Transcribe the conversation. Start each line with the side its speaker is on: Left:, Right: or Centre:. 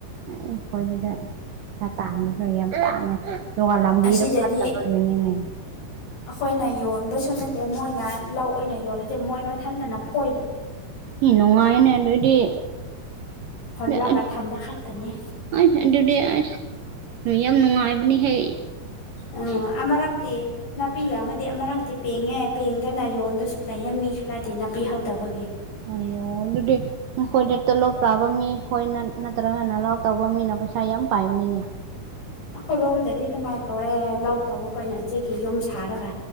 Right: ꯑꯦ ꯑꯩꯈꯣꯏꯗꯨꯗ ꯄꯩꯁꯥ ꯇꯥꯟꯕꯁꯨ ꯌꯥꯝ ꯇꯥꯡꯉꯦ ꯑꯗꯨꯒ ꯂꯝꯕꯤꯗꯣ
Left: ꯑꯁꯤꯗꯗꯤ
Right: ꯐꯠꯇꯕ ꯑꯗꯨꯅꯤꯅꯦ
Left: ꯑꯩꯈꯣꯏꯅ ꯌꯣꯟꯕꯁꯨ ꯅꯠꯇꯦ ꯃꯣꯏꯅ ꯂꯧ ꯑꯣꯏꯅ ꯌꯣꯜꯂꯗꯤ ꯃꯣꯏ ꯃꯊꯟꯇꯅ ꯈꯣ꯫
Right: ꯏꯅꯨꯡꯉꯥꯏꯅꯦ ꯑꯗꯨꯗꯤ
Left: ꯍꯣꯜꯂꯒ
Right: <unintelligible>
Left: ꯊꯝꯕ ꯈꯛꯇꯅꯤ
Right: ꯑ ꯑꯗꯨꯗꯤ ꯑꯁ ꯌꯥꯝ ꯅꯨꯡꯉꯥꯏꯕꯅꯤꯍꯦ
Left: ꯑꯅꯤꯃꯥ ꯑꯃꯔꯛꯇꯤ ꯅꯥꯄꯤ ꯌꯝꯃꯥꯗꯤ ꯑꯃꯥꯔꯛꯇꯤ ꯄꯦꯡꯉꯦ ꯄꯦꯡꯗꯅ ꯌꯣꯟꯕꯁꯨ ꯂꯩꯌꯦ ꯃꯤ ꯈꯔꯗꯤ ꯅꯥꯄꯤ ꯍꯧꯗꯕꯒꯤ
Right: ꯑꯅꯤꯌꯣ ꯑꯗꯨꯗꯤ ꯅꯈꯣꯏꯗꯤ ꯇꯣꯂꯣꯞ ꯆꯥꯕꯥ ꯃꯤꯈꯣꯏꯅꯥ ꯅꯠꯇ꯭ꯔꯒ ꯅꯂꯥꯎ ꯇꯧꯕ ꯃꯤꯅ ꯄꯩꯁꯥ ꯌꯥꯝ ꯄꯥꯏꯕꯅꯤꯅꯦ
Left: ꯈꯣꯏꯔꯣꯝꯗꯗꯤ ꯗꯨꯃꯥꯏꯅ ꯇꯧꯋꯦ ꯂꯧ ꯇꯧꯕꯈꯣꯏꯅ ꯆꯦꯛꯀꯤ ꯌꯨꯝ ꯁꯥꯔꯒ